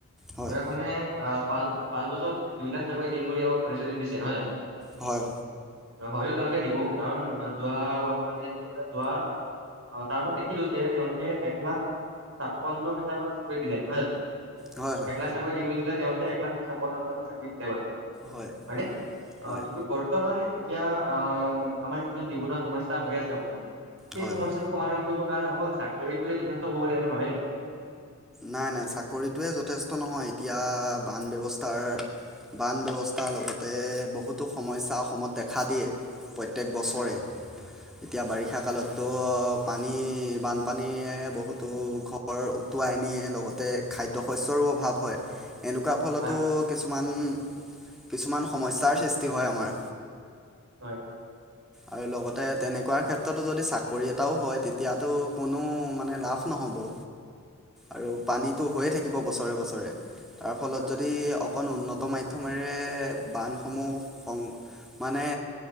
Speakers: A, in the centre; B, on the right.
A: হয়
B: চৰকাৰখনে আহ প পাঁচ বছৰ দুইলাখ চাকৰি দিম বুলি আমাক পতিশ্ৰুতি দিছে, নহয় জানো?
A: হয়
B: হয়তো তেওঁলোকে দিবও, কাৰণ যোৱা <unintelligible> অ তাৰ মই দেখিলো যে তেওঁলোকে এক লাখ ছাপন্ন হাজাৰ মান চাকৰি দিলে, নহয় জানো?
A: হয় হয় হয়
B: একলাখ চাকৰি দিম বুলি কৈছিলে, তেওঁলোকে এক লাখ ছাপন্ন হেজাৰ চাকৰি দিলে বাৰু।
A: হয়
B: হয়নে? অ,
A: হয়
B: কিন্তু বৰ্তমান এতিয়া আহ আমাৰ যিটো নিবনুৱা সমস্যা এটা হৈ আছে অসমত, সেই
A: হয়
B: সমস্যাটো
A: হয়
B: সমাধান কৰিবৰ কাৰণে অকল চাকৰিটোৱে যথেষ্ট হ'ব বুলি আপুনি ভাবে নেকি?
A: নাই, নাই, চাকৰিটোৱে যথেষ্ট নহয়। এতিয়া বান ব্যৱস্থাৰ বান ব্যৱস্থাৰ লগতে বহুতো সমস্যা অসমত দেখা দিয়ে। প্ৰত্যেক বছৰে,
B: হয়
A: এতিয়া বাৰিষা কালতটো পানী, বানপানীয়ে বহুতো ঘৰ তুৱাই নিয়ে লগতে খাদ্য শস্যৰো অভাৱ হয়। এনেকুৱা ফলতো,
B: হয়
A: কিছুমান, কিছুমান সমস্যাৰ সৃষ্টি হয় আমাৰ।
B: হয়।
A: আৰু লগতে তেনেকুৱা ক্ষেত্ৰতো যদি চাকৰি এটাও হয় তেতিয়াতো কোনো মানে লাভ নহ'ব।
B: <inaudible>
A: আৰু পানীটো হৈয়ে থাকিব বছৰে বছৰে, তাৰ ফলত
B: হয়।
A: যদি! অকণ উন্নত মাধমেৰে বান্ধসমূহ সম মানে,